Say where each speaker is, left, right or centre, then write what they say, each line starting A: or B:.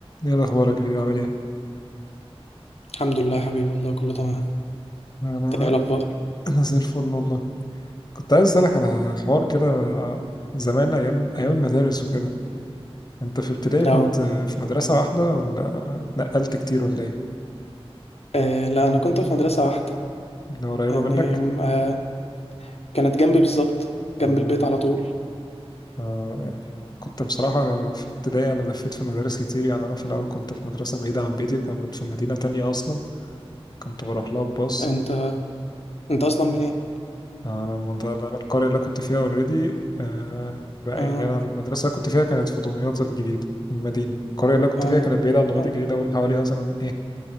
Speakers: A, on the left; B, on the left.
A: ايه الاخبار يا كبير عامل ايه
B: الحمد لله يا حبيبي والله كله تمام
A: انا
B: انت ايه الاخبار
A: <clears throat> انا زي الفل والله كنت عايز اسالك على حوار كده زمان ايام ايام المدارس وكده انت في ابتدائي
B: اه
A: كنت في مدرسه واحده ولا اتنقلت كتير ولا ايه
B: آه، لا انا كنت في مدرسه واحده
A: ده قريبه
B: يعني
A: منك
B: آه كانت جنبي بالظبط جنب
A: اه
B: البيت على طول
A: اه يعني كنت بصراحه في ابتدائي انا لفيت في مدارس كتير يعني انا في الاول كنت في مدرسه بعيده عن بيتي وكانت في مدينه تانية اصلا كنت بروح لها بباص
B: انت انت اصلا منين
A: انا المنطقه اللي انا القريه اللي أنا كنت فيها اوريدي بقى
B: اه
A: يعني انا المدرسه اللي كنت فيها كانت في دمياط الجديده المدينه القريه اللي أنا كنت
B: اه
A: فيها كانت بعيده عن دمياط
B: اه
A: الجديده اقول حوالي مثلا ايه